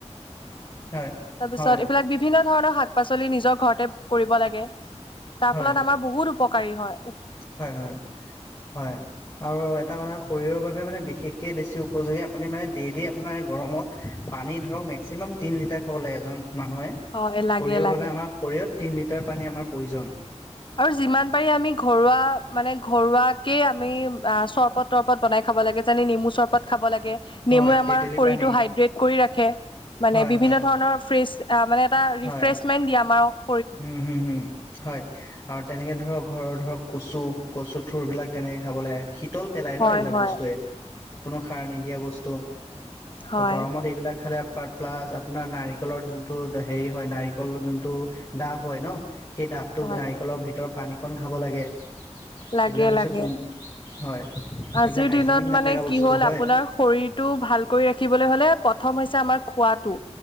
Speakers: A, on the left; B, on the left.
A: হয়
B: তাৰ পিছত
A: হয়
B: এইবিলাক বিভিন্ন ধৰণৰ শাক শাক পাচলি নিজৰ ঘৰতে কৰিব লাগে তাৰ
A: হয়
B: ফলত আমাৰ বহুত উপকাৰী হয়
A: হয় হয় হয় আৰু এটা কথা শৰীৰৰ বাবে মানে বিশেষকে বেছি উপযোগী আপুনি মানে ডেইলি আপোনাৰ গৰমত পানী ধৰক মেক্সিমাম তিন লিটাৰ খাব লাগে এজন মানুহে
B: হয় লাগে
A: শৰীৰৰ
B: লাগে
A: বাবে আমাৰ শৰীৰত তিন লিটাৰ পানী আমাৰ প্ৰয়োজন।
B: আৰু যিমান পাৰি আমি ঘৰুৱা মানে ঘৰুৱাকে আমি চৰবত তৰবত বনাই খা লাগে যে নেমু চৰবত খাব লাগে
A: হয়
B: নেমু আমাৰ
A: তেতেলী
B: শৰীৰটো
A: পানী
B: হাইড্ৰেট কৰি ৰাখে। মানে
A: হয়
B: বিভিন্ন
A: হয়
B: ধৰণৰ ফ্ৰেছ মানে এটা
A: হয়
B: ৰিফ্ৰেছমেণ্ট দিয়ে আমাৰক।
A: উম হম হম হয়। আৰু তেনেকে ধৰক ঘৰৰ ধৰক কচু কচু থঠুৰবিলাক তেনেকে খাব লাগে। শীতল পেলাই ন
B: হয়
A: এইবিলাক
B: হয়
A: বস্তুৱে কোনো সাৰ নিদিয়া বস্তু। ত'
B: হয়
A: গৰমত এইবিলাক খালে প্লাছ আপোনাৰ নাৰিকলৰ যোনটো হেৰি হয় নাৰিকলৰ যোনটো ডাফ হয় ন সেই ডফটো
B: হয়
A: নাৰিকলৰ ভিতৰত পানীকণ খাব লাগে।
B: লাগে
A: এইবিলাক হৈছে
B: লাগে।
A: কম হয়,
B: আজিৰ
A: এইবিলাক হাইজেনিক
B: দিনত
A: নাথাকা
B: মানে
A: বস্তু
B: কি হল
A: হয়,
B: আপোনাৰ শৰীৰটো ভাল কৰি ৰাখিবলৈ হলে প্ৰথম হৈছে আমাৰ খোৱাটো।